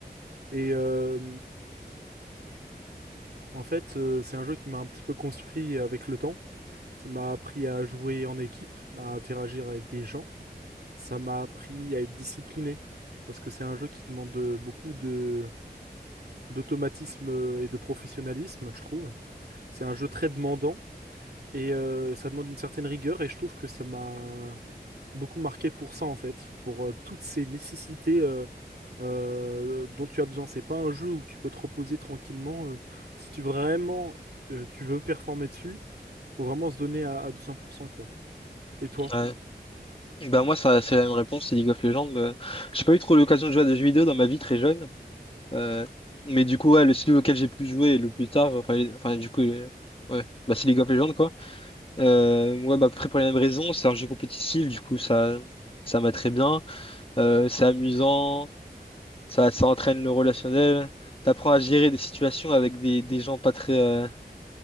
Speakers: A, on the right (about 70°); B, on the left (about 30°).
A: Et euh, en fait, euh, c'est un jeu qui m'a un petit peu construit avec le temps. Ça m'a appris à jouer en équipe, à interagir avec des gens. Ça m'a appris à être discipliné, parce que c'est un jeu qui demande de- beaucoup de d'automatisme euh, et de professionnalisme, je trouve. C'est un jeu très demandant et euh, ça demande une certaine rigueur et je trouve que ça m'a beaucoup marqué pour ça en fait, pour euh, toutes ces nécessités euh, euh, dont tu as besoin. C'est pas un jeu où tu peux te reposer tranquillement. euh, si tu vraiment euh, tu veux performer dessus, faut vraiment se donner à, à deux cents pour cent quoi. Et toi?
B: Ouais. Ben moi, ça, c'est la même réponse, c'est League of Legends. Euh, J'ai pas eu trop l'occasion de jouer à des jeux vidéo dans ma vie très jeune. Euh, mais du coup, ouais, le celui auquel j'ai plus joué le plus tard, enfin, les- enfin du coup, les- ouais, bah, c'est League of Legends, quoi. Euh, ouais, bah, après, pour les mêmes raisons, c'est un jeu compétitif, du coup, ça, ça m'a très bien. Euh, c'est amusant. Ça, ça entraîne le relationnel. T'apprends à gérer des situations avec des, des gens pas très... euh,